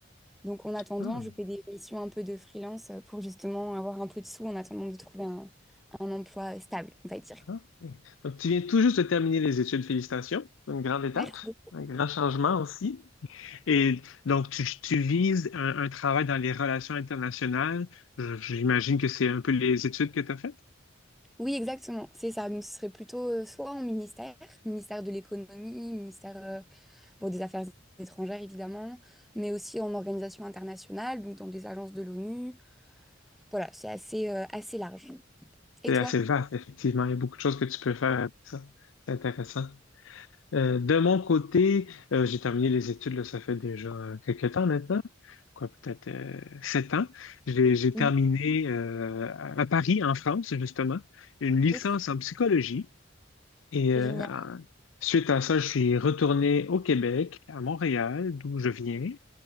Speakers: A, in the centre; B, on the left.
A: Donc, en attendant,
B: Ah,
A: je fais des missions un peu de freelance euh, pour justement avoir un peu de sous en attendant de trouver un, un emploi stable, on va dire.
B: ah, ok. Donc, tu viens tout juste de terminer les études. Félicitations. C'est une grande étape,
A: Merci.
B: un grand changement aussi. Et donc, tu, tu vises un, un travail dans les relations internationales. Je- J'imagine que c'est un peu les études que tu as faites.
A: Oui, exactement, c'est ça. Donc, ce serait plutôt euh, soit en ministère, ministère de l'économie, ministère euh, bon, des affaires étrangères, évidemment, mais aussi en organisation internationale, donc dans des agences de l'ONU. Voilà, c'est assez, euh, assez large. Et
B: C'est
A: toi?
B: assez vaste, effectivement. Il y a beaucoup de choses que tu peux faire avec ça. C'est intéressant. Euh, de mon côté, euh, j'ai terminé les études, là, ça fait déjà euh, quelques temps maintenant, quoi, peut-être euh, sept ans. J'ai, j'ai
A: Mhm.
B: terminé euh, à Paris, en France, justement, une licence
A: Ok,
B: en psychologie. Et euh,
A: génial.
B: en- suite à ça, je suis retourné au Québec, à Montréal, d'où je viens,